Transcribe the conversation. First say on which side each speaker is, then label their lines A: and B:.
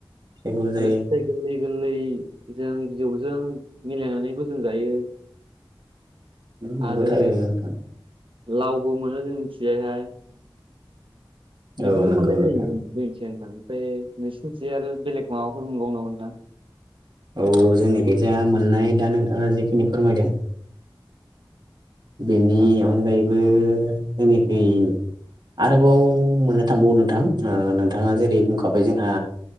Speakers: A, on the right; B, on the right.
A: जायखौ जायो
B: आरो फिथाइ गोरलै गोरलै जों बिजजौजों मिलायनानैबो जों जायो।
A: नोंगौ
B: आरो
A: थारैनो नोंथां।
B: लावबो मोनो जों जोंनिथिंजायहाय। बेफोरखौ
A: औ नंगौ
B: मोननाय
A: नोंथां
B: जायो जों जोंनि ओमफ्राय नोंसोरनिथिं आरो बेलेग माबाफोर मोनबावो नामा नोंथां?
A: औ जोंनिखैजा मोननाय दा नोंथाङा जेखिनि फोरमायदों बेनि
B: नोंथां
A: अनगायैबो जोंनिखै आरोबाव मोननो थांबावो नोंथां ओ नोंथाङा जेरै बुंखाबाय जोंहा